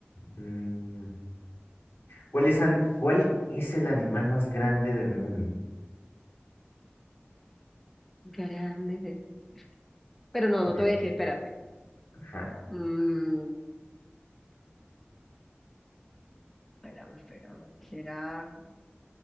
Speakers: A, on the left; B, in the centre.
A: mm, ¿Cuál es, an- cuál es el animal más grande del mundo?
B: Grande. de- Pero no,
A: Bien,
B: no te voy a decir, espérate.
A: ajá.
B: Mm, espérame, espérame. ¿Será